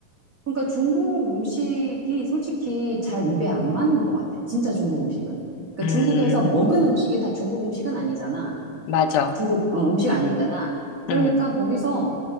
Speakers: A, on the right; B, on the left.
A: 그러니까 중국 음식이 솔직히 잘 입에 안 맞는 것 같아. 진짜 중국 음식은. 그러니까 중국에서
B: 음.
A: 먹은 음식이 다 중국 음식은 아니잖아.
B: 맞아.
A: 중국 어, 음식 아니잖아. 그러니까
B: 응.
A: 거기서